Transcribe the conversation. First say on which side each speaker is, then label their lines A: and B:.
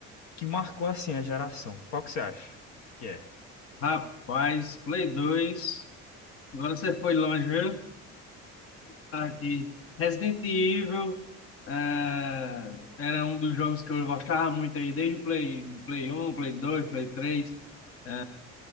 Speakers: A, on the left (about 70°); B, on the left (about 50°).
A: que marcou, assim, a geração. Qual que você acha que é?
B: Rapaz, Play 2. Agora você foi longe, viu? Tá aqui. Resident Evil eh, era um dos jogos que eu gostava muito aí, desde o Play, Play 1, Play 2, Play 3. Eh,